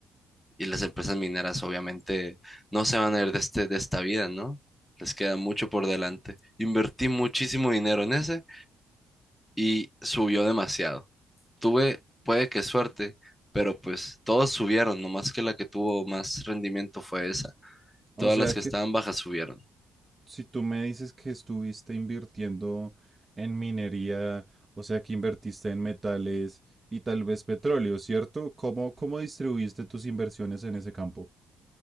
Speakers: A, in the centre; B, on the right.
A: Y las empresas mineras obviamente no se van a ir de este, de esta vida, ¿no? Les queda mucho por delante. Invertí muchísimo dinero en ese y subió demasiado. Tuve, puede que suerte, pero pues todos subieron, nomás que la que tuvo más rendimiento fue esa.
B: O
A: Todas
B: sea
A: las que
B: que
A: estaban bajas subieron.
B: si tú me dices que estuviste invirtiendo en minería, o sea que invertiste en metales y tal vez petróleo, ¿cierto? ¿Cómo, cómo distribuiste tus inversiones en ese campo?